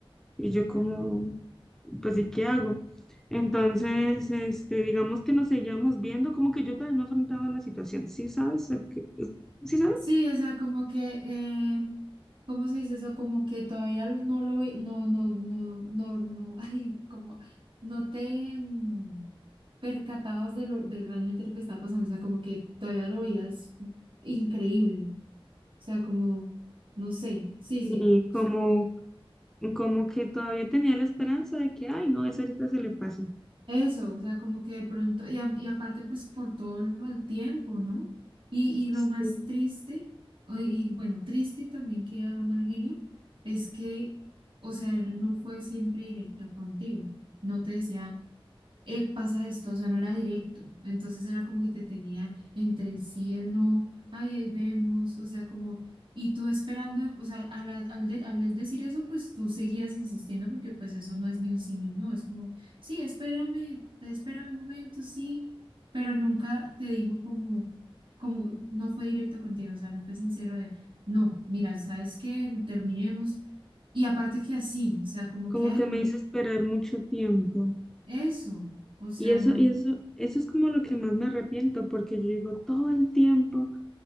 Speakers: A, in the centre; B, on the right.
A: Y yo como, pues, ¿y qué hago? Entonces, este, digamos que nos seguíamos viendo, como que yo todavía no afrontaba la situación, ¿sí sabes? ¿A qué- ¿Sí sabes?
B: Sí, o sea, como que, eh, ¿cómo se dice eso? Como que todavía no lo ve, no, no, no, no, no, <laughs> ay, como, no te mm, percatabas de lo, de realmente lo que estaba pasando, o sea, como que todavía lo veías increíble, o sea, como, no sé, sí,
A: Y
B: sí,
A: como,
B: supongo que
A: como que todavía tenía la esperanza de que, ay, no, eso ahorita se le pasa.
B: Eso, o sea, como que de pronto, y, a- y aparte pues por todo lo- el tiempo, ¿no? Y, y lo
A: Sí.
B: más triste, o- y bueno, triste y también que era mal genio, es que, o sea, él no fue siempre directo contigo, no te decía eh, pasa esto, o sea, no era directo. Entonces era como que te tenía entre el sí y el no, ay, ahí vemos, o sea, como, y tú esperando, o sea, al, al, al de- al él decir eso, pues tú seguías insistiendo porque pues eso no es ni un sí ni un no, es como, sí, espérame, espérame un momento, sí, pero nunca te dijo como, como no fue directo contigo, o sea, no fue sincero de, no, mira, ¿sabes qué? Terminemos. Y aparte que así, o sea, como
A: Como
B: que, ay,
A: que
B: no,
A: me hizo esperar mucho tiempo.
B: eso, o sea,
A: Y eso,
B: no.
A: y eso, eso es como lo que más me arrepiento, porque yo digo todo el tiempo.